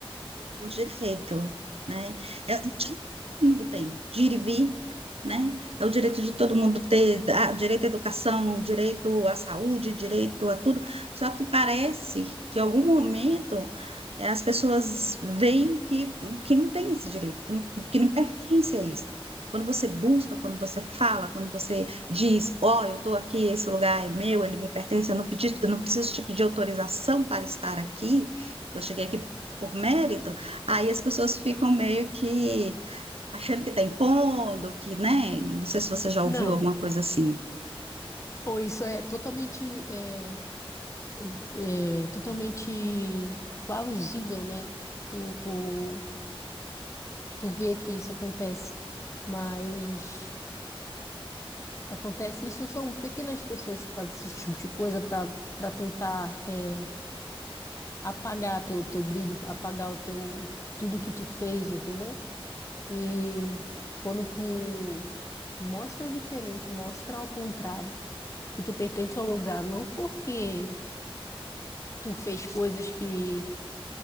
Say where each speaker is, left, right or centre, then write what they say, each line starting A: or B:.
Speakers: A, on the right; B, on the left.
A: o direito, né? É o direito que todo mundo tem, de ir e vir, né? É o direito de todo mundo ter, ah, direito à educação, direito à saúde, direito a tudo. Só que parece que em algum momento eh, as pessoas veem que, que não tem esse direito, que não, que não pertence a isso. Quando você busca, quando você fala, quando você diz, ó, eu estou aqui, esse lugar é meu, ele me pertence, eu não pedi, eu não preciso te pedir autorização para estar aqui, eu cheguei aqui por mérito, Aí as pessoas ficam meio que achando que está impondo, que, né? Não sei se você já ouviu
B: Não.
A: alguma coisa assim.
B: Ou isso é totalmente, é, é, é totalmente plausível, né? Tu, tu, tu vê que isso acontece, mas acontece isso são pequenas pessoas que fazem esse tipo de coisa para para tentar é, apagar teu, teu brilho, apagar o teu tudo que tu fez, entendeu? E quando tu mostra diferente, mostra ao contrário, que tu pertence ao lugar, não porque tu fez coisas que